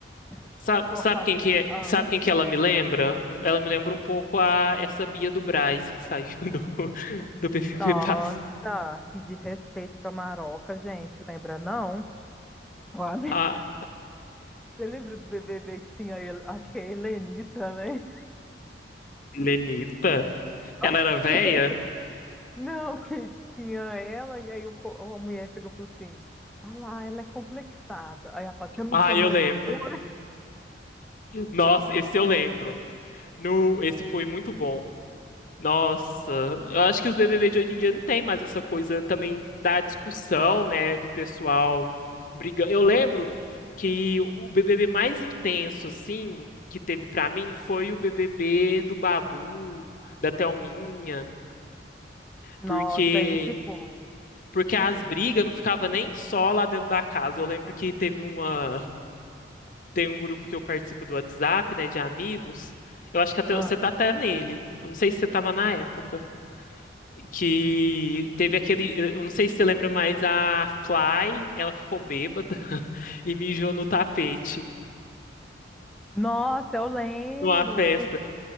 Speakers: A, in the centre; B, on the left (about 45°).
A: <laughs>
B: Sabe,
A: Ô,
B: sabe
A: amiga.
B: quem que é,
A: Ah.
B: sabe quem que ela me lembra? Um- Ela me lembra um pouco a essa Bia do Brás que saiu do, <laughs> do BBB
A: Nossa,
B: Passa.
A: que desrespeito com a Maroca, gente. Lembra, não? Ó, amiga,
B: A
A: <laughs> Você lembra do BBB que tinha, a Hel- acho que é a Helenita, né?
B: Lenita. Ela
A: Ok.
B: era
A: <laughs>
B: velha?
A: Não, que tinha ela, e aí o, po- a mulher pegou e falou assim: Ah lá, ela é complexada. Aí ela fala: Tá me
B: Ah,
A: chamando
B: eu lembro.
A: de cor?
B: Nossa, esse eu lembro. No, esse foi muito bom. Nossa, eu acho que os BBB de hoje em dia não tem mais essa coisa também da discussão, né, do pessoal brigando. Eu lembro que o BBB mais intenso, assim, que teve pra mim foi o BBB do Babu, da Thelminha,
A: Nossa,
B: porque
A: esse foi.
B: porque as brigas não ficavam nem só lá dentro da casa. Eu lembro que teve uma tem um grupo que eu participo do WhatsApp, né, de amigos. Eu acho que até
A: Ah,
B: você tá até nele. Eu não sei se você tava na época. que teve aquele, eu não sei se você lembra, mas a Fly, ela ficou bêbada <laughs> e mijou no tapete
A: nossa, eu lembro.
B: numa festa.
A: Que...